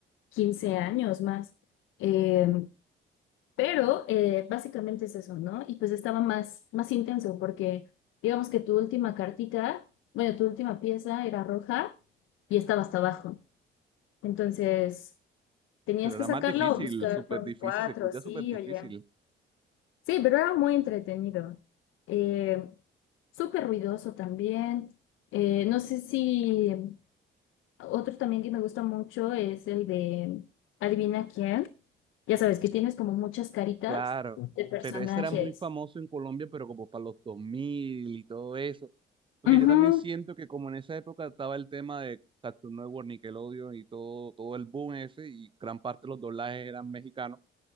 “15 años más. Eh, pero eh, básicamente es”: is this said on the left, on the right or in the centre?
Left